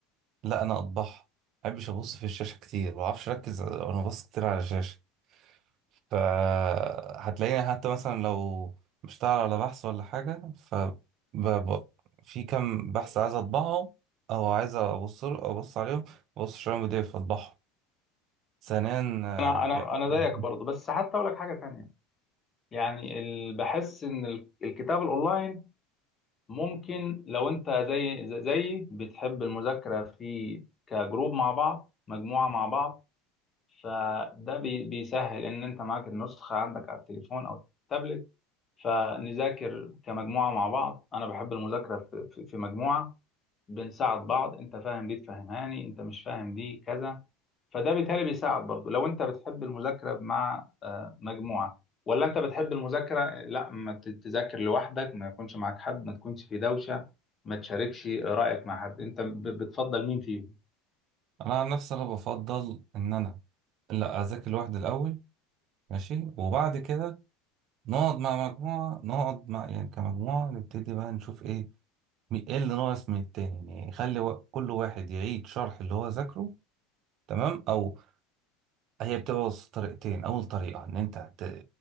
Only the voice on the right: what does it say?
لا انا اطبعها ما بحبش ابص في الشاشه كتير ما بعرفش اركز وانا ببص كتير على الشاشه فهتلاقيني حتى مثلا لو بشتغل على بحث ولا حاجة ف ب- في كام بحث عايز اطبعهم او عايز ابص ابص عليهم ببص عليهم بي دي اف اطبعهم ثانيا آه،
انا عن نفسي انا بفضل ان انا لا اذاكر لوحدي الاول ماشي وبعد كده نقعد مع مجموعه نقعد مع يعني كمجموعه نبتدي بقى نشوف ايه مي- ايه اللي ناقص من التاني يعني خلي وا- كل واحد يعيد شرح اللي هو ذاكره تمام او هي بتبص طريقتين اول طريقه ان انت هت...